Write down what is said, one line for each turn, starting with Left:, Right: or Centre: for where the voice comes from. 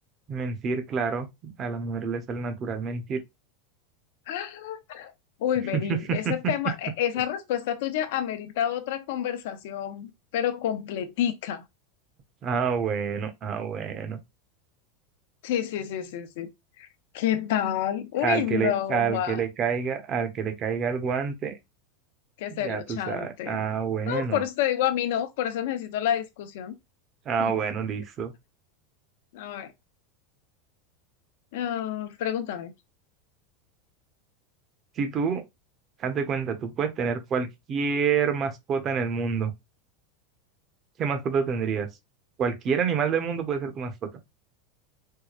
Right: mentir, claro. A la mujer le sale natural mentir.
Left: <gasps> Uy,
Right: <laughs>
Left: vení, ese tema, e- esa respuesta tuya amerita otra conversación, pero completica.
Right: Ah, bueno, ah, bueno.
Left: Sí, sí, sí, sí, sí. ¿Qué tal? Uy,
Right: Al
Left: no,
Right: que le, al
Left: Juan,
Right: que le caiga, al que le caiga el guante,
Left: que
Right: ya
Left: se lo
Right: tú
Left: chante.
Right: sabes. Ah, bueno.
Left: No, por eso te digo a mí no, por eso necesito la discusión.
Right: Ah,
Left: <laughs>
Right: bueno, listo.
Left: A ver, ah, pregúntame.
Right: Si tú, haz de cuenta, tú puedes tener cualquier mascota en el mundo. ¿Qué mascota tendrías? Cualquier animal del mundo puede ser tu mascota.